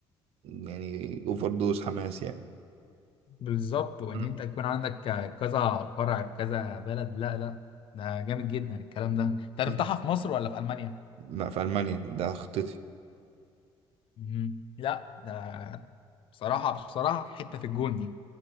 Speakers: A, on the right; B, on the left.
A: يعني اوفر دوز حماس يعني
B: بالظبط وان
A: مم.
B: انت يكون عندك كذا فرع في كذا بلد لا لا ده جامد جدا الكلام ده انت هتفتحها
A: مم.
B: في مصر ولا في المانيا
A: لا في المانيا ده خطتي
B: مم. لا ده بصراحه بصراحه حته في الجون دي